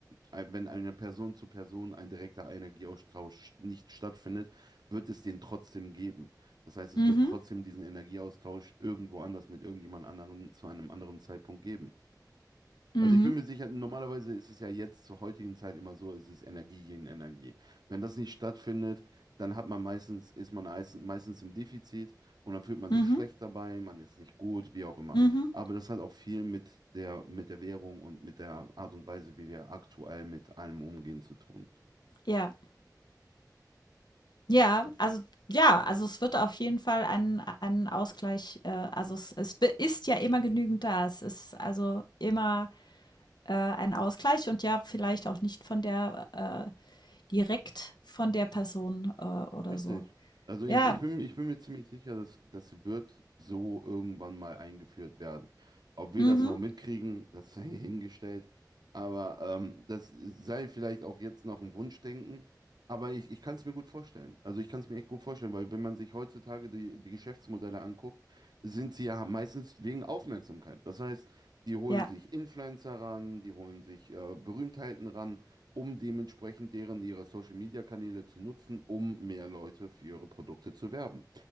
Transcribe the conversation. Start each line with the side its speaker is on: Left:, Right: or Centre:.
Right: ein- wenn eine Person zu Person ein direkter Energieaustausch nicht stattfindet, wird es den trotzdem geben. Das heißt, es
Left: Mhm.
Right: wird trotzdem diesen Energieaustausch irgendwo anders mit irgendjemand anderen zu einem anderen Zeitpunkt geben.
Left: Mhm.
Right: Also ich bin mir sicher, normalerweise ist es ja jetzt zur heutigen Zeit immer so, es ist Energie gegen Energie. Wenn das nicht stattfindet, dann hat man meistens, ist man eis- meistens im Defizit und dann fühlt man sich
Left: Mhm.
Right: schlecht dabei, man ist nicht gut, wie auch immer.
Left: Mhm.
Right: Aber das hat auch viel mit der, mit der Währung und mit der Art und Weise, wie wir aktuell mit allem umgehen, zu tun.
Left: Ja. Ja, also ja, also es wird auf jeden Fall ein, ein Ausgleich, äh, also es, es be- ist ja immer genügend da. Es ist also immer äh, ein Ausgleich und ja, vielleicht auch nicht von der äh, direkt von der Person äh, oder
Right: Richtig.
Left: so.
Right: Also ich,
Left: Ja.
Right: ich bin, ich bin mir ziemlich sicher, dass das wird so irgendwann mal eingeführt werden. Ob wir
Left: Mhm.
Right: das noch mitkriegen, das sei <laughs> hingestellt. Aber ähm, das sei vielleicht auch jetzt noch ein Wunschdenken. Aber ich, ich kann es mir gut vorstellen. Also ich kann es mir echt gut vorstellen, weil wenn man sich heutzutage die, die Geschäftsmodelle anguckt, sind sie ja meistens wegen Aufmerksamkeit. Das heißt, die holen
Left: Ja.
Right: sich Influencer ran, die holen sich äh, Berühmtheiten ran um dementsprechend deren ihre Social Media Kanäle zu nutzen, um mehr Leute für ihre Produkte zu werben.